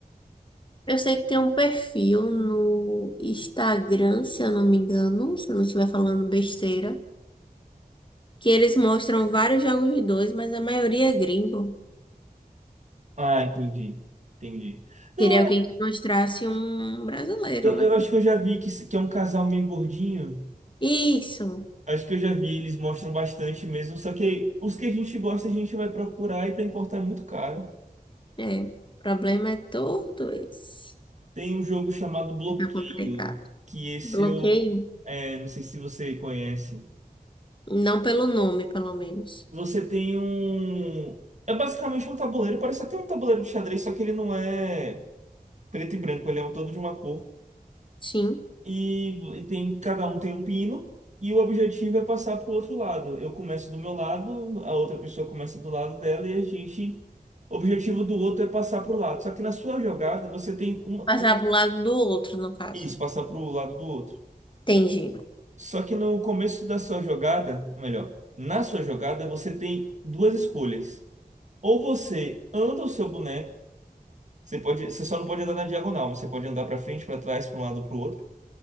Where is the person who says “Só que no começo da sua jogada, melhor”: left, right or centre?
Right